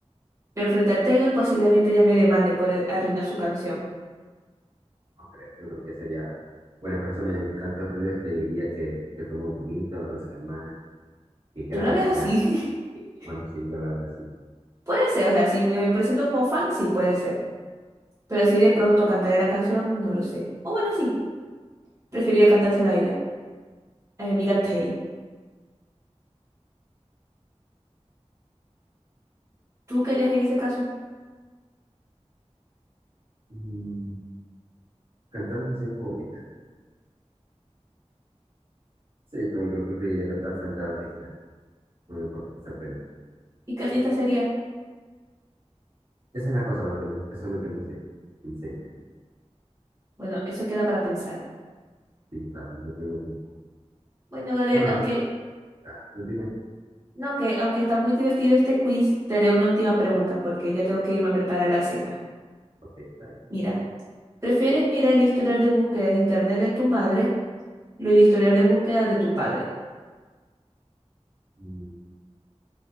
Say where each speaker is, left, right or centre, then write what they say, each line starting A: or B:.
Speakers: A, on the right (about 25°); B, on the right (about 50°).
A: Pero frente a Taylor posiblemente ya me demande por eh, arruinar su canción.
B: No creo, yo creo que sería buena persona y picante horrible, te diría que, que fue muy bonito, que no sé qué más, que gracias.
A: ¿Tú la ves así? <laughs>
B: Bueno, sí, yo la veo así.
A: Puede ser, o sea, si me presento como fan, sí, puede ser. Pero así de pronto cantaré la canción, no lo sé. O bueno, sí, preferiría cantársela a ella, a mi amiga Tay. ¿Tú qué harías en ese caso?
B: Mm, Cantar la canción favorita. Sí, yo también creo que preferiría cantar frente al artista. No me importa pasar pena.
A: ¿Y qué artista sería?
B: Esa es la cosa, lo que no, eso es lo que no sé. Sinceridad.
A: Bueno, eso queda para pensar.
B: Sí, o sea, no tengo como.
A: Bueno, Gabriel,
B: Bueno,
A: aunque
B: ah, dime.
A: no, que aunque está muy divertido este quiz, te haré una última pregunta porque ya tengo que irme a preparar la cena.
B: Ok, está bien.
A: Mira, ¿prefieres mirar el historial de búsqueda en internet de tu madre o el historial de búsqueda de tu padre?
B: Mm,